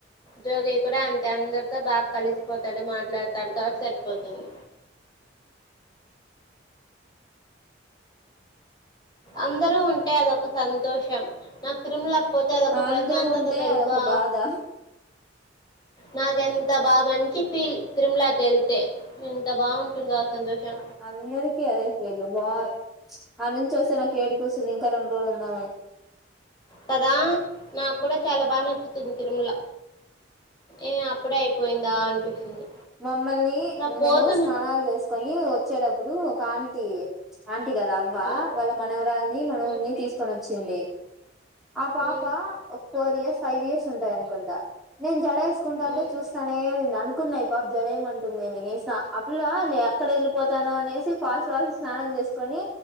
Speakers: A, on the left; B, in the centre.
A: జోగి కూడా అంతే అందరితో బాగా కలిసిపోతాడు, మాట్లాడతాడు కాబట్టి సరిపోతుంది.
B: <inaudible>
A: అందరూ ఉంటే అదొక సంతోషం నాక్ తిరుమల పోతే అదొక
B: అందరూ
A: ప్రశాంతత
B: ఉంటే
A: తెలుసా
B: అదొక బాధ
A: నాకు ఎంత బాగా మంచి ఫీల్ తిరుమలాకి ఎళ్తే ఎంత బాగుంటుందో సంతోషం
B: న అందరికీ అదే ఫీల్ బా ప్చ్ ఆడ్నుంచి వస్తే నాకు ఏడిపోస్తుంది ఇంకా రెండు రోజులు ఉందామని.
A: కదా నాకు కూడా చాలా బాగా నచ్చుతుంది తిరుమల. ఏ అప్పుడే అయిపోయిందా అనిపిస్తుంది.
B: మమ్మల్ని
A: ఇంకా పోతున్నా
B: మేము స్నానాలు చేసుకొని వచ్చేటప్పుడు ఒక ఆంటీ ప్చ్ ఆం టి కదు అవ్వ!
A: ఉమ్,
B: వాళ్ళ మనవరాల్ని మనవున్ని
A: ఉమ్,
B: తీసుకొని వచ్చింది. ఆ పాప
A: ఉమ్,
B: ఒక ఫోర్ ఇయర్స్ ఫైవ్ ఇయర్స్ ఉంటది అనుకుంటా నేన్ జడ ఏసుకుంటాంటే
A: ఉమ్,
B: చూస్తానే ఉన్నింది అనుకున్న ప జడ ఏయమంటుందే నేను ఏసిన ఆ పిల్ల నే ఎక్కడ ఎళ్ళిపోతానో అనేసి ఫాస్ట్ ఫాస్ట్ గా స్నానం చేసుకొనీ,